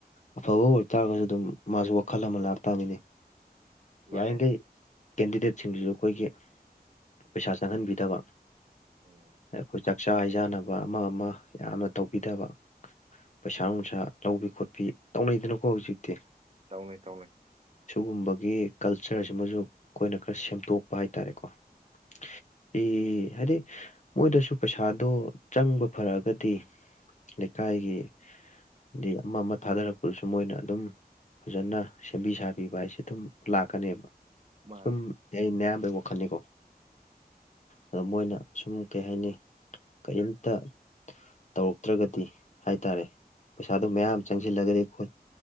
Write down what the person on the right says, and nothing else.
ꯃꯥꯅꯦ
ꯎꯝ
ꯇꯧꯅꯩ ꯇꯧꯅꯩ
ꯃꯥꯅꯦ